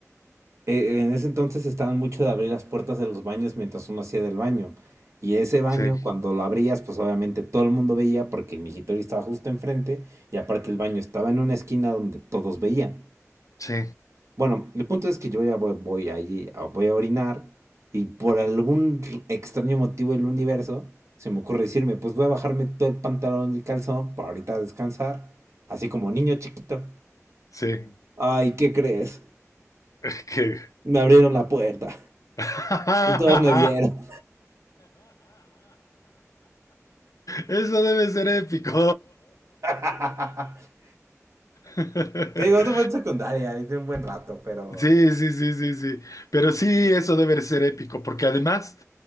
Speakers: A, on the right; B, on the left.
A: Eh, en ese entonces estaban mucho de abrir las puertas de los baños mientras uno hacía del baño. Y ese baño,
B: sí,
A: cuando lo abrías, pues obviamente todo el mundo veía porque el migitorio estaba justo enfrente y aparte el baño estaba en una esquina donde todos veían.
B: sí,
A: Bueno, el punto es que yo ya voy, voy allí, a- voy a orinar y por algún r- extraño motivo del universo se me ocurre decirme, pues voy a bajarme todo el pantalón y el calzón para ahorita descansar, así como niño chiquito.
B: sí.
A: Ay, ¿qué crees?
B: <laughs> que
A: Me abrieron la puerta
B: <laughs>
A: y todos me vieron.
B: Eso debe ser épico.
A: <laughs>
B: <laughs>
A: Te digo, eso fue en secundaria, hice un buen rato, pero...
B: Sí, sí, sí, sí, sí. Pero sí, eso debe ser épico, porque además